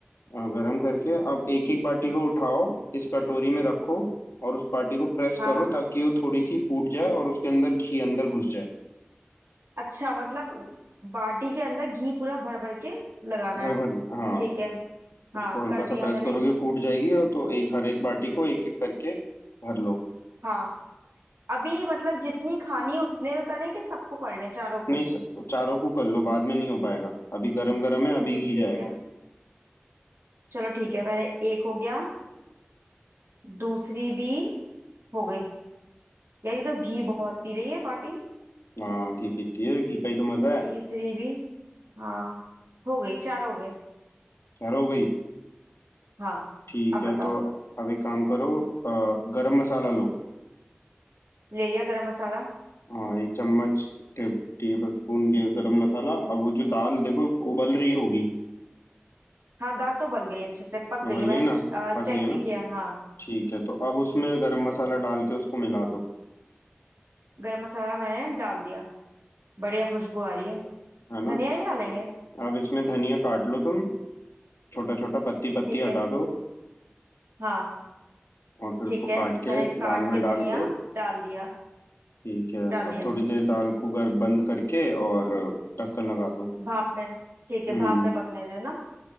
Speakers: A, on the left; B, on the right.
A: हाँ, गरम करके अब एक एक बाटी को उठाओ इस कटोरी में रखो और उस बाटी को प्रेस
B: हाँ
A: करो ताकि वो थोड़ी सी फूट जाए और उसके अंदर घी अंदर घुस जाए
B: अच्छा मतलब बाटी के अंदर घी पूरा भर भर के लगाना
A: भर
B: है
A: भर के। हाँ
B: ठीक है हाँ
A: उसको हल्का
B: कर
A: सा
B: दिया
A: प्रेस
B: मैंने
A: करोगे फूट जाएगी और तो एक हर एक बाटी को एक एक करके भर लो
B: हाँ अभी मतलब जितनी खानी उतने में करें कि सबको कर लें चारों को
A: नहीं स- चारों को कर लो बाद में नहीं हो पाएगा अभी गरम गरम है अभी घी
B: ठीक
A: जाएगा
B: है चलो ठीक है मैंने एक हो गया दूसरी भी हो गई यार ये तो घी बहुत पी रही है बाटी
A: हाँ घी पीती है घी का ही तो मजा है
B: तीसरी भी हाँ हो गई चार हो गए
A: चार हो गई
B: हाँ
A: ठीक
B: अब बताओ
A: है तो अब एक काम करो अ, गरम मसाला लो
B: ले लिया गरम मसाला
A: हाँ एक चम्मच टे, टेबल स्पून गरम मसाला अब वो जो दाल देखो उबल रही होगी
B: हाँ दाल तो गल गई अच्छे से पक गई
A: उबल
B: है मैंने
A: गई ना पक
B: चेक
A: रही है
B: भी
A: ना
B: किया हाँ
A: ठीक है तो अब उसमें गरम मसाला डाल के उसको मिला दो
B: गरम मसाला मैंने डाल दिया बढ़िया खुशबू आ रही है
A: है ना
B: धनिया नहीं डालेंगे
A: तो अब इसमें धनिया काट लो तुम छोटा छोटा पत्ती पत्ती
B: ठीक
A: हटा
B: है
A: दो
B: हाँ
A: और फिर
B: ठीक
A: उसको
B: है
A: काट
B: मैंने
A: के
B: काट
A: दाल
B: के
A: में डाल
B: धनिया
A: के
B: डाल दिया
A: ठीक है
B: डाल
A: अब
B: दिया
A: थोड़ी देर दाल को गर बंद करके और ढक्कन लगा दो
B: भाप में ठीक है
A: हम्म
B: भाप में पकने देना